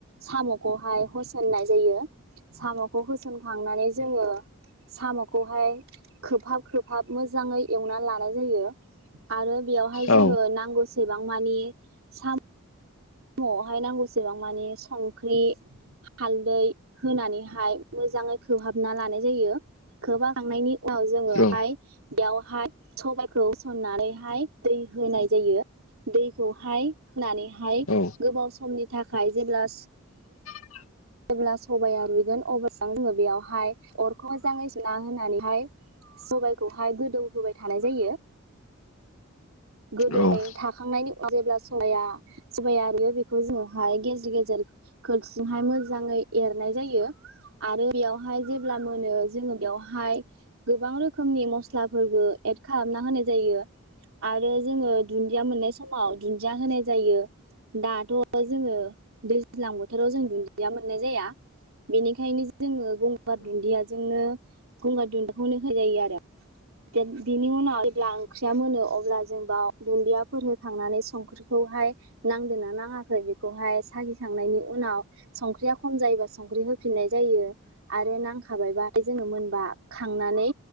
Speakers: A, on the right (about 70°); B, on the left (about 75°).
A: साम'खौहाय होसननाय जायो साम' खौ होसनखांनानै जोंङो साम'खौहाय खोबहाब खोबहाब मोजाङै एवनानै लानाय जायो आरो बेयावहाय
B: औ
A: जोंङो नांगौ एसेबां मानि सा म'आवहाय नांगौसेबां मानि संख्रि हालदै होनानैहाय मोजाङै खोहाबना लानाय जायो। खोबहाबखांनायनि उनाव जोंङोहाय
B: औ
A: बेयाव हाय सबायाइखौ होसननानैहाय दै होनाय जायो दैखौहाय होनानैहाय
B: औ
A: गोबाव समनि थाखाय जेब्ला
B: <inaudible>
A: जेब्ला सबाया रुइगोन अब्ला जोंङो बेयावहाय अरखौ मोजांङै सुना होनानैहाय सबायखौहाय गोदौ होबाय थानाय जायो। गोदौबाय
B: औ
A: थाखांनायनि उनाव जेब्ला सबाया सबाया रुइयो बेखौ जोङोहाय गेजेर गेजेर खोरथिंजोंहाय मोजाङै एरनाय जायो आरो बेयाव हाय जेब्ला मोनो जोंङो बेयाव हाय गोबां रोखोमनि मस्लाफोरबो एड खालामना होनाय जायो। आरो जोंङो दुन्दिया मोननाय समाव दुन्जिया होनाय जायो दाथ' जोंङो दैज्लां बोथोराव जों दुन जिया मोननाय जाया बेनिखायनो जों जोङो गंगार दुन्दियाजोंनो गंगार दुन्दिखौनो होजायो आरो <unintelligible> बिनि उनाव जेब्ला ओंख्रिया मोनो अब ब्ला जों बाव दुन्दियाफोर होखांनानै संख्रिखौहाय नांदोंना नाङाखै बेखौहाय सागिखांनायनि उनाव संख्रिया खम जायोबा संख्रि होफिननाय जायो आरो नां खाबायबाथाय जोङो मोनबा खां नानै